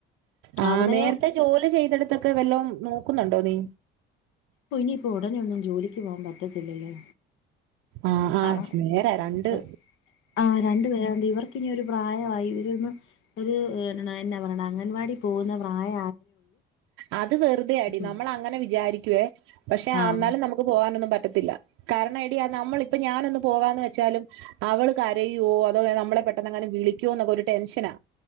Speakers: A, on the right; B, on the left.
A: ആ
B: അവിടെയോ
A: നേരത്തെ ജോലി ചെയ്തെടുത്തൊക്കെ വല്ലോം നോ ക്കുന്നുണ്ടോ നീ
B: ഓ ഇനിയിപ്പോ ഉടനെയൊന്നും ജോലിക്ക് പോവാൻ പറ്റത്തില്ലല്ലൊ.
A: ആഹ് ആഹ്
B: ആ
A: നേരാ രണ്ട്
B: ആ ആ രണ്ട്പേരണ്ട് ഇവർക്കിനി ഒരു പ്രായമായി ഇവരെ ഒന്ന് ഒരു എന്നാണോ എന്നാപറയണെ അംഗൻവാടി പോകുന്ന പ്രായ
A: അത് വെറുതെയാടീ നമ്മളങ്ങനെ
B: പോണം
A: വിചാരി ക്കുവെ പക്ഷെ
B: ആഹ്
A: ആന്നാലും നമുക്ക് പോകാനൊന്നും പറ്റ റ്റത്തില്ല കാരണം എടീ നമ്മളിപ്പം ഞാനൊന്ന് പോകാന്ന് വെച്ചാലും അവള് കരയുവൊ അതോ നമ്മളെ പെട്ടെന്നെങ്ങാനും വിളിക്കുവോ എന്നൊക്കൊരു ടെൻഷനാ